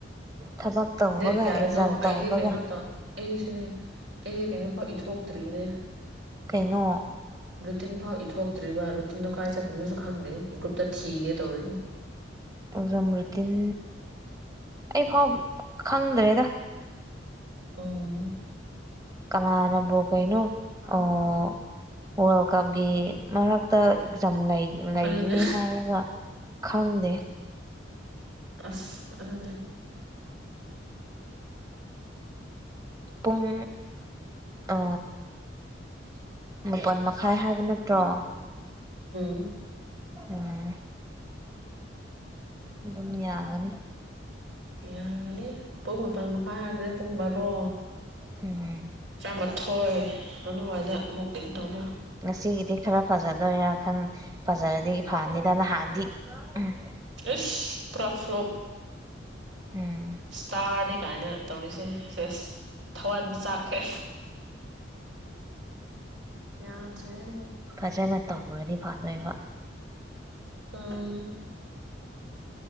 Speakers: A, on the right; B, on the right.
A: ꯊꯕꯛ ꯇꯧꯕꯒ
B: ꯗꯦꯠ ꯀꯌꯥꯔꯅꯣ
A: ꯑꯦꯛꯖꯥꯝ ꯇꯧꯕꯒ
B: ꯑꯩꯗꯤ ꯀꯩꯅꯣ ꯇ ꯑꯩꯁꯤꯅꯦ ꯑꯩꯗꯤ ꯀꯩꯅꯣ ꯄꯥ ꯏꯠ ꯍꯣꯛꯇ꯭ꯔꯤꯕꯅꯦ
A: ꯀꯩꯅꯣ
B: ꯔꯨꯇꯤꯟꯚꯥꯎ ꯏꯊꯣꯛ ꯆꯛꯇ꯭ꯔꯤꯕ ꯑꯗꯨꯣ ꯇꯤꯟꯗꯨꯣ ꯀꯥꯏ ꯆꯠꯈꯤꯕꯅꯁꯨ ꯈꯪꯗꯦ ꯒ꯭ꯔꯨꯞꯇ ꯊꯤꯒꯦ ꯇꯧꯔꯤꯅꯦ
A: ꯖꯝꯔꯨꯗꯤꯟ ꯑꯩ ꯐꯥꯎ ꯈꯪꯗ꯭ꯔꯦꯗ
B: ꯎꯝ
A: ꯀꯅꯥꯅꯕꯨ ꯀꯩꯅꯣ ꯑꯣ ꯋꯥꯔꯜ ꯀꯞꯀꯤ ꯃꯔꯛꯇ ꯑꯦꯛꯖꯝ ꯂꯩ ꯂꯩꯒꯅꯤ
B: ꯑꯗꯨꯅꯦ
A: ꯍꯥꯏꯔꯒ ꯈꯪꯗꯦ
B: ꯑꯁ ꯑꯗꯨꯅꯦ
A: ꯄꯨꯡ ꯑ ꯃꯥꯄꯜ ꯃꯈꯥꯏ ꯍꯥꯏ ꯅꯠꯇ꯭ꯔꯣ
B: ꯎꯝ
A: ꯎꯝ ꯑꯗꯨꯝ ꯌꯥꯒꯅꯤ
B: ꯌꯥꯒꯅꯤ ꯄꯨꯡ ꯃꯥꯄꯜ ꯃꯈꯥꯏ ꯍꯥꯏꯔꯗꯤ ꯄꯨꯡ ꯕꯥꯔꯣ
A: ꯎꯝ
B: ꯇꯥꯃꯥꯊꯣꯏ ꯑꯗꯨꯋꯥꯏꯗ ꯑꯃꯨꯛ ꯏ ꯇꯧꯅ
A: ꯉꯁꯤꯒꯤꯗꯤ ꯈꯔ ꯐꯖꯗꯣꯏꯔꯥ ꯈꯪ ꯐꯖꯔꯗꯤ ꯐꯅꯤꯗ ꯅꯍꯥꯟꯗꯤ ꯎꯝ
B: ꯁ ꯄ꯭ꯔꯐ꯭ꯂꯞ
A: ꯎꯝ
B: ꯁꯊꯅꯤ ꯀꯥꯏꯅ ꯇꯧꯔꯤꯁꯦ ꯁꯦꯁ ꯊꯋꯥꯟꯃꯤ ꯆꯥꯛꯈ꯭ꯔꯦ ꯌꯥꯗ꯭ꯔꯦ
A: ꯐꯖꯅ ꯇꯧꯈ꯭ꯔꯗꯤ ꯐꯗꯣꯏꯕ
B: ꯎꯝ